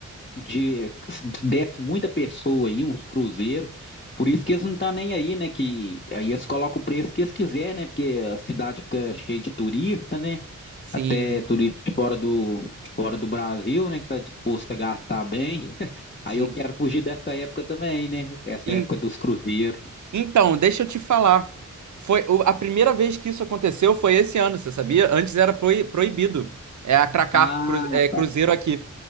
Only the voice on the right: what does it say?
Sim,
sim.
Em-
então, deixa eu te falar. Foi o- a primeira vez que isso aconteceu foi esse ano, você sabia? Antes era proi- proibido. É atracar
cru- é, cruzeiro
aqui.